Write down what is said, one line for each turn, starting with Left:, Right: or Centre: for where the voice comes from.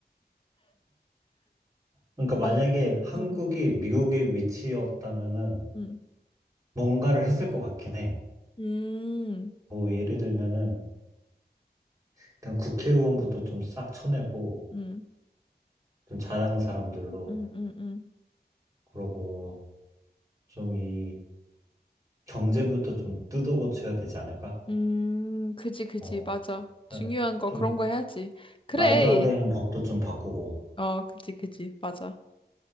Right: 그러니까 만약에
Left: 막,
Right: 한국이
Left: 음,
Right: 미국의 위치였다면은
Left: 음,
Right: 뭔가를 했을 것 같긴 해.
Left: 음,
Right: 뭐 예를 들면은 일단 국회의원부터 좀 싹 쳐내고
Left: 음,
Right: 좀 잘하는 사람들로
Left: 음, 음, 음,
Right: 그러고 좀 이 경제부터 좀 뜯어 고쳐야 되지 않을까?
Left: 음, 그지, 그지,
Right: 어,
Left: 맞아.
Right: 그냥
Left: 중요한 거
Right: 좀
Left: 그런 거 해야지. 그래.
Right: 말도 안 되는 법도 좀 바꾸고.
Left: 어, 그지, 그지, 맞아.